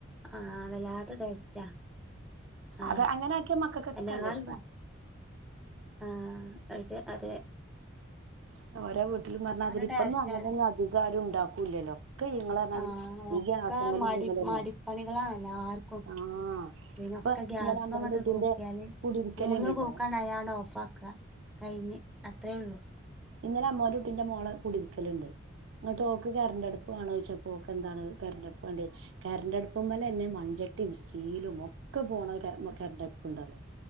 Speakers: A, in the centre; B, on the right.
A: ആ വല്ലാത്ത ടേസ്റ്റ ആ
B: അത് അങ്ങനെ ആക്കിയ മക്കൾക്കൊക്കെ
A: എല്ലാരും
B: നല്ല ഇഷ്ടാ
A: പറയും ആ ആയിട്ട് അതെ
B: <unintelligible> ഒലും പറാരി
A: നല്ല
B: ഇപ്പൊന്നും
A: ടേസ്റ്റാല്ലേ
B: അങ്ങനെന്നും അധികാരം ഉണ്ടാക്കൂല്ലല്ലോ ഒക്കെ ഇങ്ങ പറഞ്ഞാൽ
A: ആഹ് ഒക്കെ
B: ഈ ഗ്യാസങ്ങും
A: മടി
B: ഇന്തെങ്ക തന്നെയ
A: മടിപ്പണികളാണ് എല്ലാർക്കും
B: ആഹ
A: പിന്നൊക്കെ
B: ഇപ്പൊ
A: ഗ്യാസ്മങ്ങട്ട്
B: ഇന്നലെ അമ്മോന്റെ കുട്ടീന്റെ
A: കൂക്കിയാല്
B: കുടരിക്കല
A: മൂന്ന്
B: ഉണ്ട്ട്ടോ
A: കൂക്കണ്ടായാണ്ട് ഓഫാക്ക കഴിഞ്ഞ് അത്രേ ഉള്ളു
B: ഇന്നലെ അമ്മോന്റെ കുട്ടിന്റെ മോളെ കുടിവിക്കലുണ്ട് അങ്ങോട്ട് ക്ക് കറണ്ട് അടുപ്പ് കാണോ ചോച്ചാപ്പോൊക്കെ എന്താണ് കരണ്ട്ടുപ്പ് വേണ്ട കറണ്ട് അടുപ്പ് പോലെ തന്നെ മൺചട്ടിയും സ്റ്റീലും ഒക്കെ പോണ കറണ്ട്ടുപ്പ് ഉണ്ടോല്ലോ